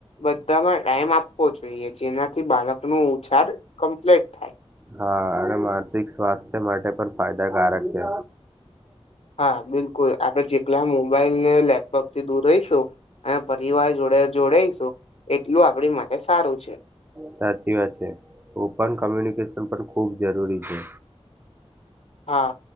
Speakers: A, on the left (about 70°); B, on the right (about 20°).
A: બધામાં ટાઈમ આપવો જોઈએ જેનાથી બાળક ન ઉછાર કમ્પ્લીટ થાય
B: હા અને માનસિક સ્વાસ્થ્ય માટે પણ ફાયદાકારક છે
A: હા બિલકુલ આપડે જેટલા મોબાઈલ ને લેપટોપ થી દૂર રહીશું પરિવાર જોડે જોડાઈશું એટલું આપડી માટે સારું છે
B: સાચી વાત છે ઓપન કોમ્યુનિકેશન પણ ખુબ જરૂરી છે
A: હા